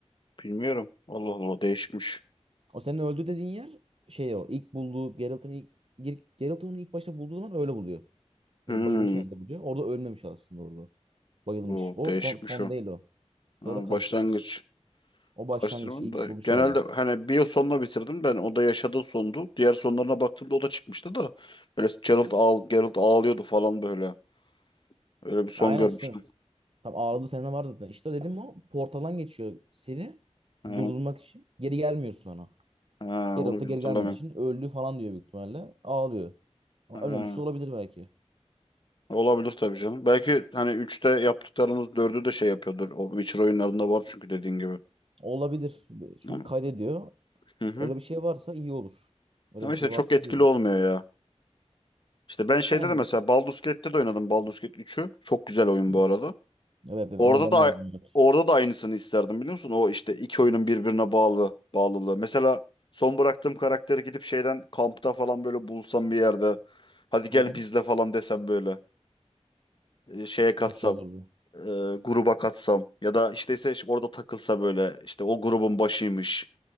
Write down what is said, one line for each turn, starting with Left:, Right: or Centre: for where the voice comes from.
Left: Bilmiyorum. Allah Allah değişikmiş.
Right: O senin öldü dediğin yer şey o. ilk bulduğu Geralt'ın ilk Ger- Geralt onu ilk başta bulduğu zaman öyle buluyor. Böyle
Left: Hmm.
Right: bayılmış halde buluyor. Orada ölmemiş aslında orada. Bayılmış.
Left: O
Right: O
Left: değişikmiş
Right: son son
Left: o.
Right: değil o. Sonra
Left: Ha,
Right: karıştırmış.
Left: başlangıç.
Right: O başlangıç
Left: Karıştırmanın
Right: ilk
Left: da
Right: buluş
Left: genelde
Right: anı.
Left: hani bir yıl sonuna bitirdim ben. O da yaşadığı sondu. Diğer sonlarına baktığımda o da çıkmıştı da. Böyle Gerald, ağl Gerald ağlıyordu falan böyle. Öyle bir son
Right: Aynen
Left: görmüştüm.
Right: işte. Tam ağladı sene var zaten. İşte dedim o portaldan geçiyor Siri
Left: Ha,
Right: durdurmak için. Geri gelmiyor sonra.
Left: ha,
Right: Geralt
Left: onu
Right: da geri
Left: bir hatırlamıyorum.
Right: gelmediği için öldü falan diyor büyük ihtimalle. Ağlıyor. Ama
Left: Ha,
Right: ölmemiş de olabilir belki.
Left: olabilir tabii canım. Belki hani üçte yaptıklarımız dördü de şey yapıyordur. O Witcher oyunlarında var çünkü dediğin gibi.
Right: Olabilir. Çünkü
Left: Ama,
Right: kaydediyor.
Left: hı hı.
Right: Öyle bir şey varsa iyi olur. Öyle
Left: Ama
Right: bir şey
Left: işte çok
Right: varsa
Left: etkili
Right: iyi olur.
Left: olmuyor ya. İşte ben şeyde
Right: Yani
Left: de mesela Baldur's Gate'te de oynadım Baldur's Gate üçü Çok güzel oyun
Right: Hı.
Left: bu arada.
Right: evet, ben
Left: Orada
Right: ama ben
Left: da
Right: de öyle düşünüyorum.
Left: orada da aynısını isterdim biliyor musun? O işte iki oyunun birbirine bağlı bağlılığı. Mesela son bıraktığım karakteri gidip şeyden kampta falan böyle bulsam bir yerde. Hadi gel
Right: Hı hı.
Left: bizle falan desem böyle. E, Şeye katsam.
Right: Çok iyi olurdu.
Left: e, gruba katsam. Ya da işte ise orada takılsa böyle. işte o grubun başıymış